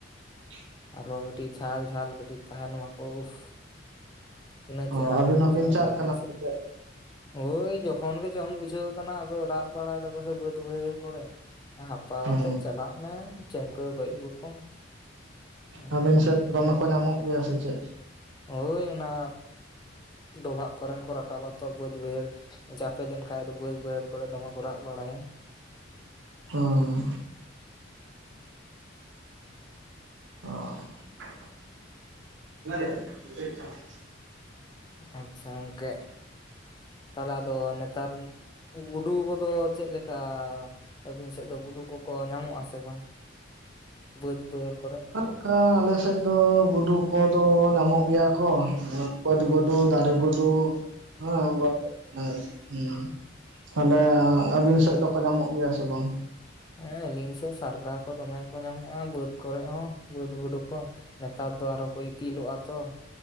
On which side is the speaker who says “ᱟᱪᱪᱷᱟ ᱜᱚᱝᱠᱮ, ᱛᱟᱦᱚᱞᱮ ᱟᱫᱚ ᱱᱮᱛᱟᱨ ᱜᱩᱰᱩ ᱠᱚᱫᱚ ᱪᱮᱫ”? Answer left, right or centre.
Left